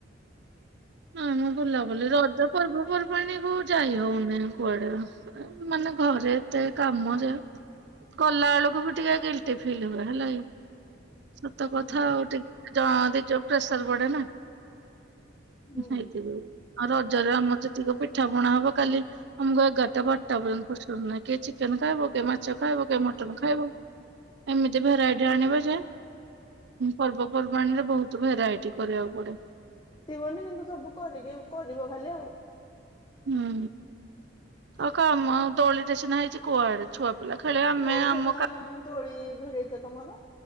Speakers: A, on the right (about 60°); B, on the left (about 25°).
A: ନାଇଁମ ବୁଲାବୁଲି ରଜ ପର୍ବପର୍ବାଣିୀକୁ ଯାଇ ହଉନି କୁଆଡେ। ମାନେ ଘରେ ଏତେ କାମଜେ କଲା ଏଳକୁ ବି ଟିକେ ଗିଲଟି ଫିଲ୍ ହୁଏ ହେଲାକି। ସତ କଥା
B: ହୁଁ।
A: ଆଉ ଟିକେ ଜଣ ଦି ଯୋଉ ପ୍ରେସର ପଡେ ନା।
B: ହୁଁ
A: ହେଇଥିପାଇଁ ଆଉ ରଜରେ ଆମର ଯେତିକ ପିଠା ପଣା ହବ କାଲି ଆମକୁ ଏଗାରଟା ବାରଟା ପର୍ଯ୍ୟନ୍ତ ଫୁରସତ ନାଇଁ କିଏ ଚିକେନ ଖାଇବ କିଏ ମାଛ ଖାଇବ କିଏ ମଟନ୍ ଖାଇବ। ଏମିତି ଭେରାଇଟି ଆଣିବେ ଯେ ପର୍ବପର୍ବାଣିରେ ବହୁତ ଭେରାଇଟି କରିବାକୁ ପଡେ।
B: ବନି କିନ୍ତୁ ସବୁ କରିକି କରିବ ଖାଲି ଆଉ।
A: ହୁଁ ଆଉ କାମ ଦୋଳିଟେ ସିନା ହେଇଛି କୁଆଡେ ଛୁଆ ପିଲା ଖେଳିବେ ଆମେ
B: କୋଉଠି
A: ଆମ
B: ତ
A: କା
B: ଦୋଳି ଭିଡିଛ ତମର?